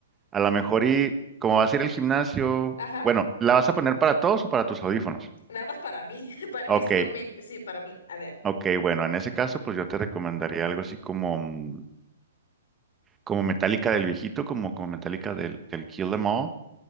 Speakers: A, on the right; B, on the left.
A: a lo mejor y como vas a ir al gimnasio,
B: ajá,
A: bueno, ¿la vas a poner para todos o para tus audífonos?
B: nada más para mí, <laughs> para
A: Ok,
B: mis, por mí, sí, para mí, a ver.
A: Ok, bueno, en ese caso, pues yo te recomendaría algo así como, mm, como Metallica del viejito, como, como Metallica del, del Kill Em All,